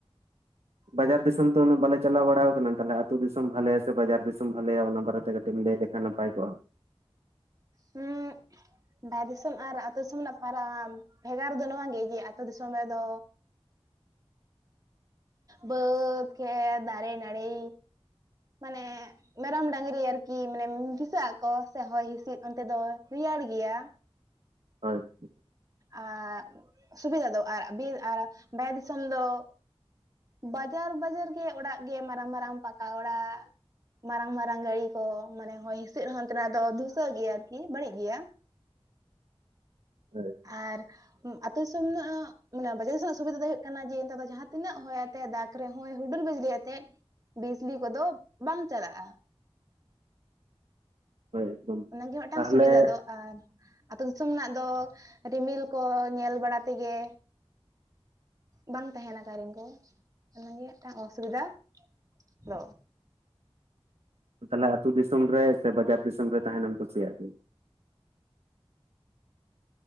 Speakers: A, on the right; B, on the right.
A: <unintelligible>
B: ᱵᱟᱡᱟᱨ ᱫᱤᱥᱚᱢ ᱫᱚ ᱩᱱᱟᱹᱜ ᱵᱟᱞᱮ ᱪᱟᱞᱟᱣ ᱵᱟᱲᱟ ᱟᱠᱟᱱᱟ ᱛᱟᱦᱚᱞᱮ ᱟᱛᱳ ᱫᱤᱥᱚᱢ ᱵᱷᱟᱞᱮᱭᱟ ᱥᱮ ᱵᱟᱡᱟᱨ ᱫᱤᱥᱚᱢ ᱵᱷᱟᱞᱮᱭᱟ ᱚᱱᱟ ᱵᱷᱟᱨᱮ ᱠᱟᱹᱴᱤᱡ ᱞᱟᱹᱭ ᱱᱟᱯᱟᱭ ᱠᱚᱣᱟ
A: ᱦᱩᱸ ᱵᱟᱭᱨᱮ ᱫᱤᱥᱚᱢ ᱟᱨ ᱟᱹᱛᱳ ᱫᱤᱥᱚᱢ ᱨᱮᱱᱟᱜ ᱯᱟᱨᱟᱠ ᱵᱷᱮᱜᱟᱨ ᱫᱚ ᱱᱚᱣᱟ ᱜᱮ ᱡᱮ ᱟᱹᱛᱳ ᱫᱤᱥᱚᱢ ᱨᱮᱫᱚ ᱵᱟᱹᱫ ᱠᱷᱮᱛ ᱫᱟᱨᱮ ᱱᱟᱲᱤ ᱢᱟᱱᱮ ᱢᱮᱨᱚᱢ ᱰᱟᱝᱨᱤ ᱟᱨᱠᱤ ᱢᱟᱱᱮ ᱫᱤᱥᱟᱹᱜ ᱟᱠᱚ ᱥᱮ ᱦᱚᱭ ᱦᱤᱸᱥᱤᱫ ᱚᱱᱛᱮ ᱫᱚ ᱨᱮᱭᱟᱲ ᱜᱮᱭᱟ᱾
B: ᱦᱳᱭ <inaudible>
A: ᱟᱨ ᱥᱩᱵᱤᱫᱷᱟ ᱫᱚ ᱟᱨ ᱵᱤᱨ ᱟᱨ ᱵᱟᱦᱨᱮ ᱫᱤᱥᱚᱢ ᱫᱚ ᱵᱟᱡᱟᱨ ᱵᱟᱡᱟᱨ ᱜᱮ ᱚᱲᱟᱜ ᱜᱮ ᱢᱟᱨᱟᱝ ᱢᱟᱨᱟᱝ ᱯᱟᱠᱟ ᱚᱲᱟᱜ ᱢᱟᱨᱟᱝ ᱢᱟᱨᱟᱝ ᱜᱟᱹᱲᱤ ᱠᱚ ᱢᱟᱱᱮ ᱦᱚᱭ ᱦᱤᱸᱥᱤᱫ ᱦᱚᱸ ᱚᱱᱛᱮᱱᱟᱜ ᱫᱚ ᱫᱷᱩᱥᱟᱹᱜ ᱜᱮᱭᱟ ᱟᱨᱠᱤ ᱵᱟᱹᱲᱤᱡ ᱜᱮᱭᱟ
B: ᱦᱳᱭ
A: ᱟᱨ ᱟᱛᱳ ᱫᱤᱥᱚᱢ ᱨᱮᱱᱟᱜ ᱵᱟᱡᱟᱨ ᱨᱮᱱᱟᱜ ᱥᱩᱵᱤᱫᱟ ᱫᱚ ᱦᱩᱭᱩᱜ ᱠᱟᱱᱟ ᱡᱮ ᱱᱮᱛᱟᱨ ᱫᱚ ᱡᱟᱦᱟᱸ ᱛᱤᱱᱟᱹᱜ ᱦᱚᱭ ᱫᱟᱜ ᱨᱮᱦᱚᱸᱭ ᱦᱩᱰᱩᱨ ᱵᱤᱡᱽᱞᱤ ᱟᱛᱮᱫ ᱵᱤᱡᱽᱞᱤ ᱠᱚᱫᱚ ᱵᱟᱝ ᱪᱟᱞᱟᱜᱼᱟ᱾
B: ᱦᱳᱭ ᱮᱠᱫᱚᱢ
A: ᱚᱱᱟ ᱜᱮ ᱢᱤᱫᱴᱟᱝ
B: ᱛᱟᱦᱚᱞᱮ
A: ᱥᱩᱵᱤᱫᱷᱟ ᱫᱚ ᱟᱨ ᱟᱹᱛᱩ ᱫᱤᱥᱚᱢ ᱨᱮᱱᱟᱜ ᱫᱚ ᱨᱤᱢᱤᱞ ᱠᱚ ᱧᱮᱞ ᱵᱟᱲᱟ ᱛᱮᱜᱮ ᱵᱟᱝ ᱛᱟᱦᱮᱸᱱᱟ ᱠᱟᱨᱤᱱ ᱠᱚ ᱚᱱᱟᱜᱮ ᱢᱤᱫᱴᱟᱝ ᱚᱥᱩᱵᱤᱫᱟ ᱫᱚ
B: ᱛᱟᱦᱚᱞᱮ ᱟᱹᱛᱩ ᱫᱤᱥᱚᱢ ᱨᱮ ᱥᱮ ᱵᱟᱡᱟᱨ ᱫᱤᱥᱚᱢ ᱨᱮ ᱛᱟᱦᱮᱱᱮᱢ ᱠᱩᱥᱤᱭᱟᱜ ᱜᱮᱭᱟ?